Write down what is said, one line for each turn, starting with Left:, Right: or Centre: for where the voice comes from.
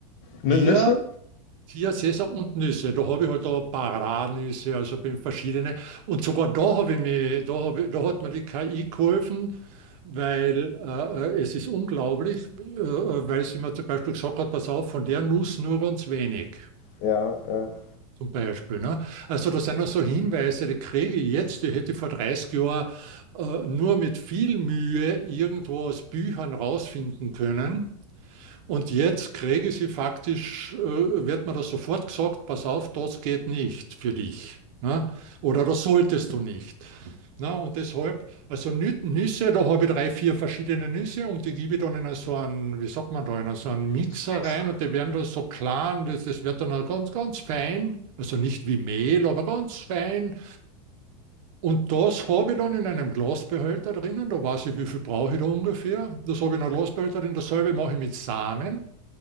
Left: Nüsse?
Right: Hier, hier Sesam und Nüsse. Da habe ich halt da Paranüsse, also bin verschiedene. Und sogar da habe ich mir, da habe, ich- da hat mir die KI geholfen, weil äh, äh, es ist unglaublich, äh, äh, weil sie mir zum Beispiel gesagt hat, pass auf, von der Nuss nur ganz wenig.
Left: Ja, ja.
Right: Zum Beispiel. Ne? Also das sind auch so Hinweise, die kriege ich jetzt, die hätte ich vor 30 Jahren äh, nur mit viel Mühe irgendwo aus Büchern rausfinden können. Und jetzt kriege sie faktisch, äh, wird mir das sofort gesagt, pass auf, das geht nicht für dich. Ne? Oder das solltest du nicht. Na, und deshalb, also Nü- Nüsse, da habe ich drei, vier verschiedene Nüsse und die gebe ich dann in so einen, wie sagt man da, in so einen Mixer
Left: So ein Häcksler,
Right: rein und die
Left: wie auch
Right: werden dann so klar und das, das wird dann auch ganz, ganz fein. Also nicht wie Mehl, aber ganz fein. Und das habe ich dann in einem Glasbehälter drinnen, da weiß ich, wie viel brauche ich da ungefähr. Das habe ich in einem Glasbehälter drin, dasselbe mache ich mit Samen.